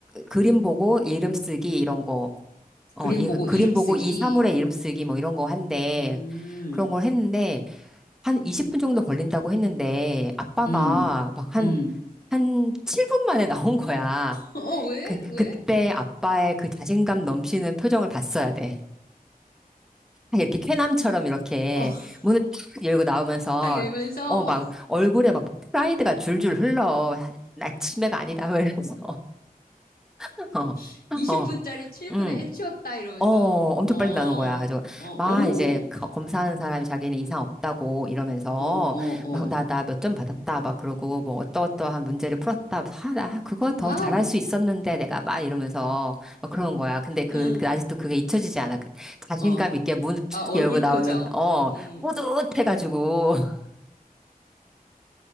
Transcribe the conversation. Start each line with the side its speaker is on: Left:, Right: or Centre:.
Centre: 그림 보고 이름 쓰기 이런 거 어,
Left: 그림
Centre: 이
Left: 보고
Centre: 그림
Left: 이름
Centre: 보고
Left: 쓰기,
Centre: 이 사물의 이름 쓰기 뭐 이런 거 한데
Left: 음,
Centre: 그런 걸 했는데 한 20분 정도 걸린다고 했는데 아빠가
Left: 음,
Centre: 막 한,
Left: 음,
Centre: 한 7분 만에 <laughs> 나온 거야.
Left: 어, 왜?
Centre: 그,
Left: 왜?
Centre: 그때 아빠의 그 자신감 넘치는 표정을 봤어야 돼. 이렇게 쾌남처럼 이렇게
Left: 어, <laughs>
Centre: 문을 탁 열고 나오면서
Left: 딱 열면서,
Centre: 어, 막 얼굴에 막 프라이드가 줄줄 흘러. 아, 나 치매가 아니다. 막 이러면서. <laughs> 어,
Left: <laughs> 20분짜리
Centre: 어,
Left: 7분에
Centre: 응.
Left: 해치웠다, 이러면서,
Centre: 어, 엄청
Left: 어, 어,
Centre: 빨리 나오는 거야. 가지고
Left: 오,
Centre: 막 이제 거- 검사하는 사람이 자기는 이상 없다고 이러면서
Left: 어, 어, 어,
Centre: 막 나 나 몇 점 받았다 막 그러고 뭐 어떠어떠한 문제를 풀었다. 아, 나 그거 더
Left: 와우,
Centre: 잘할 수 있었는데 내가 막 이러면서 막 그런 거야. 근데 그,
Left: 응,
Centre: 그 아직도 그게 잊혀지지 않아. 그 자신감
Left: 어,
Centre: 있게 문 <laughs>
Left: 아, 얼굴
Centre: 열고 나오는
Left: 표정,
Centre: 그, 어
Left: 음,
Centre: 뿌듯해가지고 <laughs>